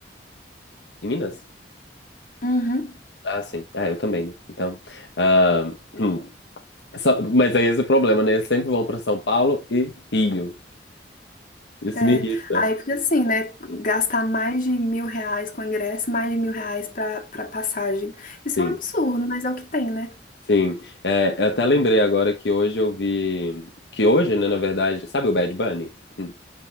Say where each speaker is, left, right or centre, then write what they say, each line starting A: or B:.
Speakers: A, on the left; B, on the left.
A: Em Minas?
B: Uhum.
A: Ah, sim. Ah, eu também, né? Então, ah, hum, Só- mas é esse é o problema, né? Eles sempre vão para São Paulo e Rio. Isso
B: É,
A: me irrita.
B: aí fica assim, né? Gastar mais de mil reais com ingresso, mais de mil reais pra, pra passagem. Isso
A: Sim,
B: é um absurdo, mas é o que tem, né?
A: sim. É, eu até lembrei agora que hoje eu vi. Que hoje, né, na verdade. Sabe o Bad Bunny? Hum.